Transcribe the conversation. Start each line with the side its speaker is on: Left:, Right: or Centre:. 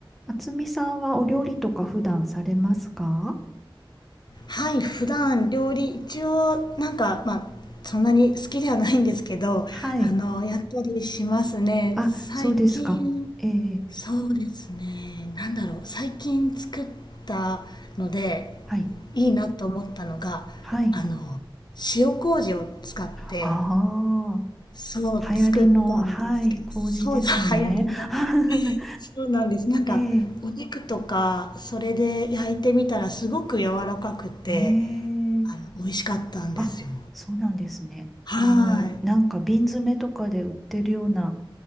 Centre: 厚みさんはお料理とか普段されますか
Left: はい普段料理一応なんかまあそんなに好きではないんですけどあのやったりしますね最近
Centre: はい。あ、そうですか。ええ、
Left: そうですねなんだろう最近作ったので
Centre: はい。
Left: いいなと思ったのがあの
Centre: はい。
Left: 塩麹を使って
Centre: あ
Left: そう作ったんですけどそうそう流行りの
Centre: あ、流行りの、はい、麹ですね。<laughs>
Left: そうなんですなんかお肉とかそれで焼いてみたらすごく柔らかくて
Centre: ええ、ええ、
Left: あの、美味しかったんですよ。
Centre: あ、そうなんですね。
Left: は
Centre: あの、
Left: い。
Centre: なんか瓶詰めとかで売ってるような